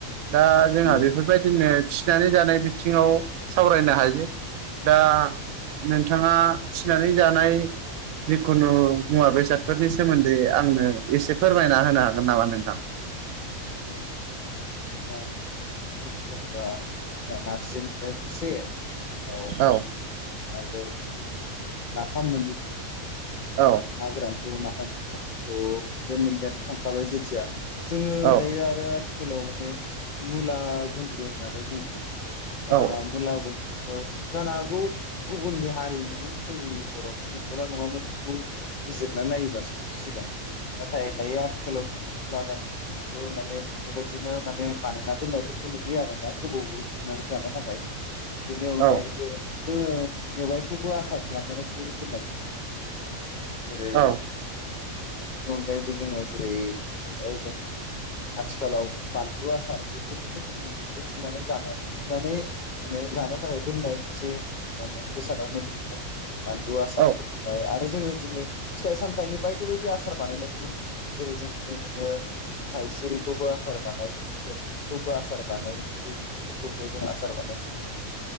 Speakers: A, on the right; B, on the left.
A: दा जोंहा
B: उम
A: बेफोरबायदिनो फिनानै जानाय बिथिङाव सावरायनो हायो दा नोंथाङा थिनानै जानाय जिखुनु मुवा बेसादफोरनि सोमोन्दै आंनो एसे फोरमायना होनो हागोन नामा नोंथां
B: <unintelligible> जेनेबा जोंना नारजिमोन मोनसे औ
A: औ
B: आरो नाफाम मोनो
A: औ
B: ना गोरानखौ नाफाम नायखौ बे मोननैयाथ' थांखाबाय जेथिया जोङो
A: औ
B: दायो आरो आथिखालाव माने मुला गुन्द्रु होननानै बुङोना
A: औ
B: मुला गुन्दुफोरखौ जानो हागौ गुबुननि हारिमुनिमोन जोंनि बर'नि न'गौना नङामोन बेखौ बिजिरना नायोबासो मिथिसिगोन नाथाय दायो आथिखालाव मुला माने बेबायदिनो माने बानायना दोननायफोरखौ नुयो आरोना गोबायै थिननानै जानो थाखाय बेनि अनगायैबो
A: औ
B: जोङो मेवाइखौबो आसार खालामनानै दोननायखौ नुयो जेरै
A: औ
B: बिनि अनगायैबो जोङो जेरै जों आथिखालाव बानलु आसार बेफोरबोथ' जोंनि मोनसे थिनानै जानाय थिनानै माने जानो थाखाय दोननाय मोनसे माने बेसादावनो गोलैगोन बानलु आसार
A: औ
B: बेनिफ्राय आरो जोङो दिनै फिथाइ सामथाइनि बायदि बायदि आसार बानायनायखौ नुनो मोनो जेरै जों नुनो मोनो थाइसुरिखौबो आसार बानायो जलफिखौबो आसार बानायो बै फोरखौबो जों आसार बानायनायखौ